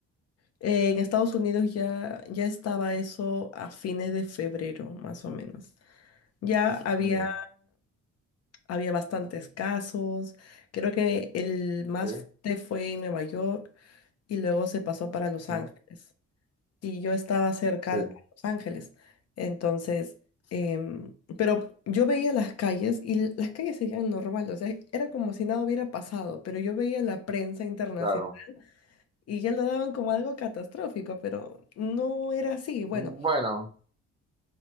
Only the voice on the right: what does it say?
Mm,
sí,
mm,
sí,
claro.
Bueno,